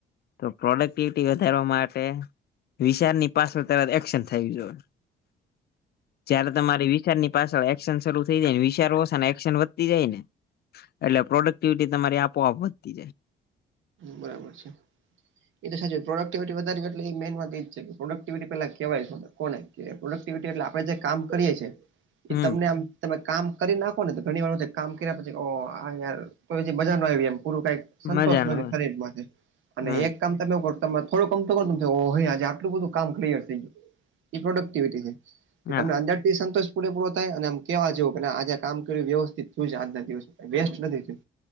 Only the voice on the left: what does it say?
તો પ્રોડક્ટ- - વધારવા માટે વિચારની પાસડ ત એક્શન થ જોઈએ. જયારે તમારી વિશારની પાછળ એક્શન શરૂ થઈ જાય ને વિચાર ઓછા ને- - વધતી જાય ને એટલે પ્રોડક્ટિવિટી તમારી આપોઆપ વધતી જાય.
<inaudible>
હમ
મજાનું
હોય
હમ
હા